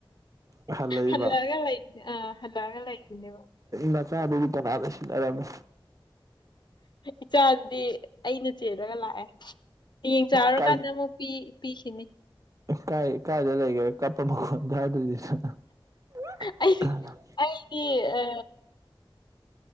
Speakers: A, on the right; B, on the left.
A: ꯍꯜꯂꯛꯏꯕ
B: ꯍꯜꯂꯛꯑꯒ ꯂꯩꯕꯅꯦ ꯑ ꯍꯜꯂꯛꯑꯒ ꯂꯩꯔꯤꯅꯦꯕ
A: ꯅꯆꯥꯗꯨꯗꯤ ꯀꯅꯥꯗ ꯁꯤꯟꯅꯔꯝꯃꯦ
B: ꯏꯆꯥꯗꯨꯗꯤ ꯑꯩꯅ ꯆꯦꯜꯂꯒ ꯂꯥꯛꯑꯦ ꯍꯌꯦꯡ ꯆꯥꯎꯔꯀꯥꯟꯗ
A: ꯀꯥꯏ
B: ꯑꯃꯨꯛ ꯄꯤ ꯄꯤꯈꯤꯅꯤ
A: ꯀꯥꯏ ꯀꯥꯏꯗ ꯂꯩꯒ꯭ꯔꯦ ꯀꯥꯞꯄ ꯃꯈꯣꯟ ꯇꯥꯗ꯭ꯔꯤꯖꯤꯅ <unintelligible>
B: ꯑꯩ ꯑꯩꯒꯤ ꯑ